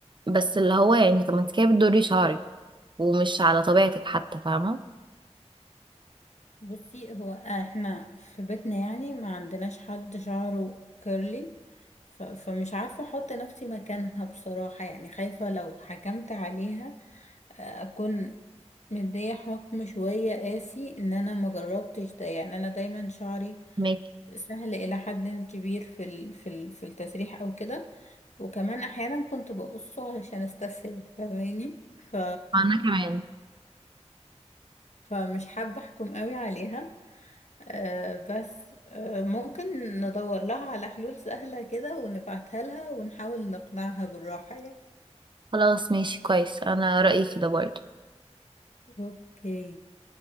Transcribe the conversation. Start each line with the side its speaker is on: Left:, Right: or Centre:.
Right: بس اللي هو يعني طب ما انت كده بتضري شعرك ومش على طبيعتك حتى فاهمة
Left: بصي هو احنا في بيتنا يعني ما عندناش حد شعره كيرلي ف... فمش عارفة احط نفسي مكانها بصراحة يعني خايفة لو حكمت عليها آه، اكون مدية حكم شوية قاسي ان انا ما جربتش ده يعني انا دايما شعري
Right: ماكي
Left: سهل الى حد كبير في ال... في ال... في التسريح او كده وكمان احيانا كنت بقصه علشان استسهل فاهماني ف...
Right: أنا كمان
Left: فمش حابة احكم قوي عليها آه بس آه ممكن ندور لها على حلول سهلة كده ونبعتها لها ونحاول نقنعها بالراحة يعني.
Right: خلاص ماشي كويس أنا رأيي كده برضه
Left: اوكي